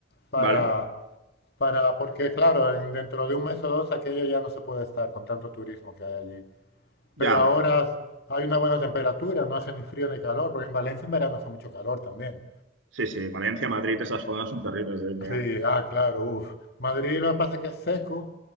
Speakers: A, on the left; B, on the right.
A: para,
B: ¿Vale?
A: para, porque claro, en- dentro de un mes o dos aquello ya no se puede estar con tanto turismo que hay allí.
B: Ya.
A: Pero ahora hay una buena temperatura, no hace ni frío ni calor, porque en Valencia en verano hace mucho calor también.
B: Sí, sí, Valencia, Madrid, esas zonas son terribles, ¿eh?
A: Sí, ah, claro, uff. Madrid lo que pasa es que es seco,